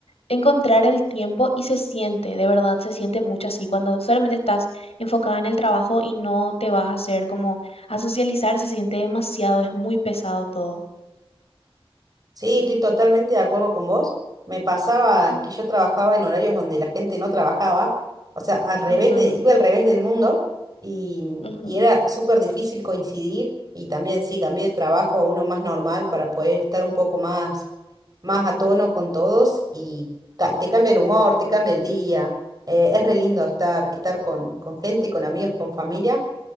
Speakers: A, on the left; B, on the right.
A: encontrar el tiempo y se siente, de verdad, se siente mucho así cuando solamente estás enfocada en el trabajo y no te vas a hacer como a socializar, se siente demasiado, es muy pesado todo.
B: Sí, estoy totalmente de acuerdo con vos. Me pasaba
A: Ujú,
B: que yo trabajaba en horarios donde la gente no trabajaba, o sea, al revés
A: ujú,
B: de, iba al revés del mundo y,
A: ujú,
B: y era súper difícil coincidir y también sí, cambié de trabajo a uno más normal para poder estar un poco más, más a tono con todos y ca- te cambia el humor, te cambia el día. eh, es re lindo estar, estar con, con gente, con amigos, con familia.